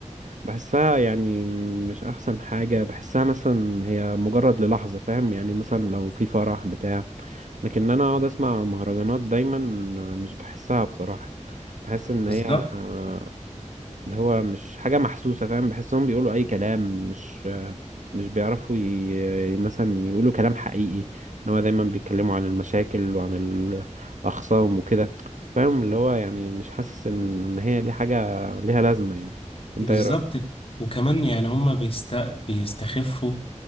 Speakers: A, on the right; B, on the left.
A: بحسها يعني مش احسن حاجة بحسها مثلا هي مجرد للحظة فاهم يعني مثلا لو في فرح بتاع لكن انا اقعد اسمع مهرجانات دايما مش بحسها بصراحة بحس ان
B: بالظبط
A: هي آه، اللي هو مش حاجة محسوسة فاهم بحسهم بيقولوا اي كلام مش آه، مش بيعرفوا ي... مثلا يقولوا كلام حقيقي ان هو دايما بيتكلموا عن المشاكل وعن الاخصام وكده فاهم اللي هو يعني مش حاسس ان إن هي دي حاجة ليها لازمة يعني انت
B: بالظبط
A: ايه رأيك؟
B: وكمان يعني هما بيست... بيستخفوا